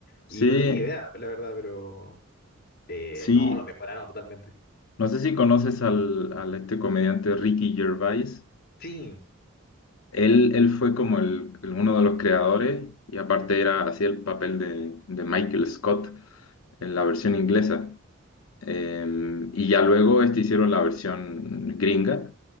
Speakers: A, on the left; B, on the left.
A: y
B: Sí,
A: no tenía idea, la verdad, pero eh,
B: sí,
A: no, lo mejoraron totalmente.
B: no sé si conoces al, al este comediante Ricky Gervais.
A: Sí,
B: Él, él fue como el, el- uno de los creadores y aparte era hacía el papel de, de Michael Scott en la versión inglesa. Eh, y ya luego este, hicieron la versión gringa.